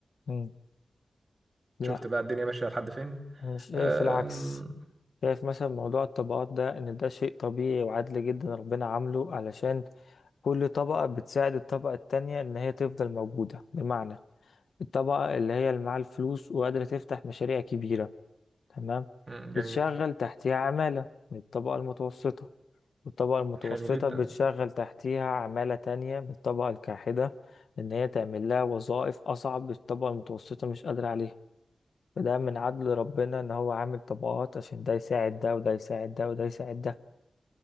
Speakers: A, on the left; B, on the right.
A: امم لا
B: شفت بقى الدنيا ماشيه لحد فين
A: انا شايف
B: آم،
A: العكس شايف مثلا موضوع الطبقات ده ان ده شيء طبيعي وعادل جدا ربنا عامله علشان كل طبقة بتساعد الطبقة التانية ان هي تفضل موجودة بمعنى الطبقة اللي هي اللي معاها الفلوس وقادرة تفتح مشاريع كبيرة تمام
B: مم، جميل
A: بتشغل تحتها عمالة من الطبقة المتوسطة والطبقة المتوسطة
B: حلو جدا
A: بتشغل تحتيها عمالة تانية بالطبقة الكاحدة إن هي تعمل لها وظائف أصعب الطبقة المتوسطة مش قادرة عليها فده من عدل ربنا إن هو عامل طبقات عشان ده يساعد ده وده يساعد ده وده يساعد ده